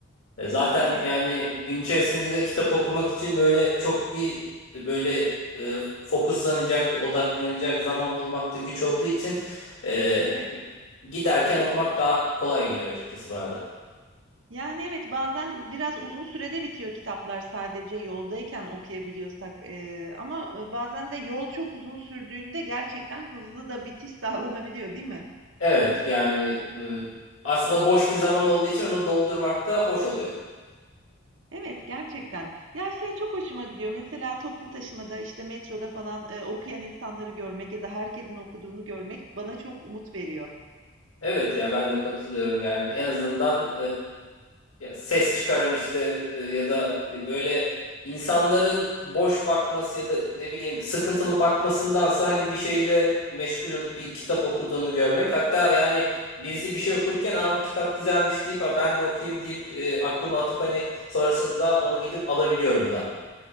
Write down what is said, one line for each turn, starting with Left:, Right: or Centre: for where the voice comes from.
Left: E, Zaten
Right: evet,
Left: yani gün içerisinde de kitap okumak için böyle çok bir e, böyle e, fokuslanacak bir odaklanacak zaman bulmakta güç olduğu için e,
Right: evet.
Left: giderken okumak daha kolay geliyor açıkçası bana da.
Right: Yani evet bazen biraz uzun sürede bitiyor kitaplar sadece yoldayken okuyabiliyorsak eee, ama e, bazen de yol çok uzun sürdüğünde gerçekten hızlı da bitiş sağlanabiliyor değil mi?
Left: Evet yani e, aslında boş bir zaman olduğu için onu doldurmak da hoş oluyor.
Right: Evet gerçekten. Ya şey çok hoşuma gidiyor. Mesela toplu taşımada işte metroda falan e, okuyan insanları görmek ya da herkesin okuduğunu görmek bana çok umut veriyor.
Left: Evet ya ben de katılıyorum yani Bir- en azından e, ya ses çıkaran işte e, ya da e, böyle insanların boş bakması ya da ne bileyim sıkıntılı bakmasındansa hani bir şeyle meşgul olup bir kitap okuduğunu görmek hatta yani birisi bir şey okurken aa bu kitap güzelmiş deyip "Aa, ben de okuyayım deyip e, aklıma atıp hani sonrasında onu gidip alabiliyorum da.